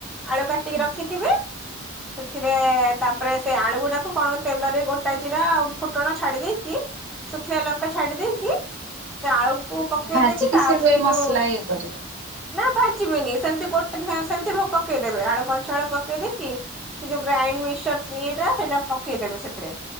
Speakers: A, in the centre; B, on the right (about 60°).
A: ଆଳୁ କାଟିକି
B: ହୁଁ
A: ରଖିଥିବେ ସେଥିରେ ତାପରେ ସେ ଆଳୁ ଗୁଡାକୁ କଣ ତେଲରେ ଗୋଟା ଜିରା ଆଉ ଫୁଟଣ ଛାଡି ଦେଇକି ଶୁଖିଲା ଲଙ୍କା ଛାଡ଼ି ଦେଇକି ସେ ଆଳୁକୁ
B: ହଁ ଟିକେ
A: ପକେଇ
B: ଭାଜିକି
A: ଦେଇକି ତାପରେ
B: ସେଠୁ ଏଇ ମସଲା
A: ଯୋଉ
B: ଇଏ କରିବ।
A: ନା ଭାଜିବେନି, ସେମତି ଗୋଟା ସେ-ସେମତି ପକେଇଦେବେ, ଆଳୁ କଞ୍ଚା ଆଳୁ ପକେଇ ଦେଇକି ସେ ଯୋଉ ଗ୍ରାଇଣ୍ଡ ମିକ୍ସଚର ଇଏଟା ସେଇଟା ପକେଇଦେବେ ସେଥିରେ।